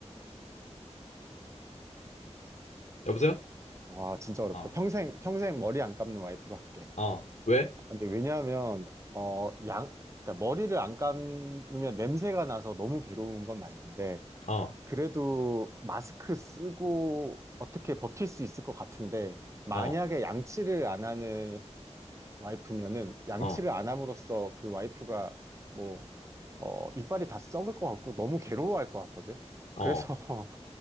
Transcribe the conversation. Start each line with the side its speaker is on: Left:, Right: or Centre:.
Left: 여보세요?
Right: 와, 진짜 어렵다.
Left: 어,
Right: 평생, 평생 머리 안 감는 와이프로 할게.
Left: 어, 왜?
Right: 근데 왜냐하면, 어, 양, 그러니까 머리를 안 감으면 냄새가 나서 너무 괴로운 건 맞는데,
Left: 어,
Right: 그래도 마스크 쓰고 어떻게 버틸 수 있을 것 같은데, 만약에
Left: 어,
Right: 양치를 안 하는 와이프면은, 양치를
Left: 어,
Right: 안 함으로써 그 와이프가 뭐, 어, 이빨이 다 썩을 것 같고, 너무 괴로워할 것 같거든.
Left: 어,
Right: 그래서